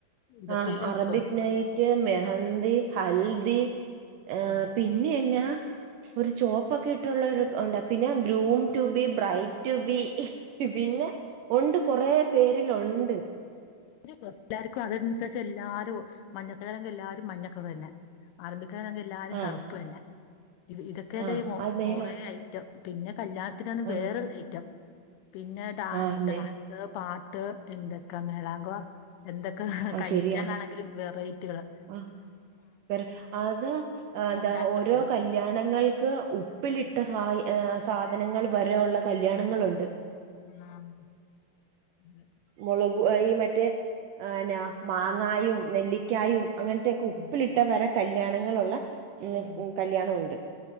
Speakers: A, on the left; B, on the right.
A: ഇതൊക്കെയല്ലേ
B: ആഹ് അറബിക്
A: ഉള്ളൂ
B: നൈറ്റ് മെഹന്തി ഹൽദി എഹ്
A: ആ
B: പിൻ ഇനി എന്നാ ഒരു ചോപ്പൊക്കെ ഇട്ടൊള്ളൊരു ഒണ്ട് പിന്നെ ഗ്രൂംറ്റുബി ബ്രൈറ്റുബി പിന്നെ ഒണ്ട് കൊറേ പേരിലൊണ്ട്
A: ഒരു ഡ്രസ്സ് ല്ലാർക്കു അതനുസേഷം എല്ലാരും ഒ മഞ്ഞക്കലരങ്കിൽ എല്ലാരും മഞ്ഞക്കളർ ന്നെ അറബിക്കാനകൽ ല്ലാരും
B: ആഹ്
A: കറുപ്പന്നെ ഇത് ഇതൊക്കെല്ലേ
B: ആഹ്
A: കൊ
B: അത് നേരാ
A: കൊറെ ഐറ്റം പിന്നെ കല്യണ ത്തിനാണ്
B: ആഹ്
A: വേറെ ഒരു ഐറ്റം. പിന്നെ ഡാ
B: ആഹ്
A: ഡാൻസ്
B: നേ
A: പാട്ട് എന്തൊക്കെ മേളാങ്കവാ എന്തൊക്കെ
B: അത്
A: കഴിക്കാനാണെങ്കിലും
B: ശരിയാ
A: വെറൈറ്റികളാ
B: ആഹ് പെര അതൊ ന്താ
A: ഉണ്ടാക്കേണ്ടി
B: ഓരോ
A: വരും
B: കല്ല് ല്യാണങ്ങൾക്ക് ഉപ്പിലിട്ട സായി സാധനങ്ങൾ വരെയുള്ള കല്യാണങ്ങളുണ്ട്
A: ആഹ് ഇത്
B: മൊളബ്ബ്വായി മറ്റെ അയന്ന മാങ്ങായും നെല്ലിക്കായും അങ്ങനത്തെക്കെ
A: ഉം
B: ഉപ്പിലിട്ട വരെ കല്യാണങ്ങളൊള്ള മ്മ്
A: ഉം
B: മ് കല്യാണൊണ്ട്